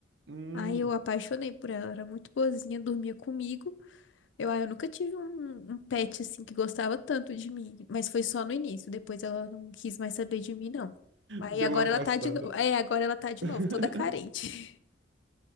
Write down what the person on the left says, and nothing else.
Aí eu apaixonei por ela, era muito boazinha, dormia comigo. Eu, ah, eu nunca tive um, um pet assim que gostava tanto de mim, mas foi só no início. Depois ela não quis mais saber de mim, não. Aí
agora
ela tá de novo. É, agora ela tá de
novo, toda carente.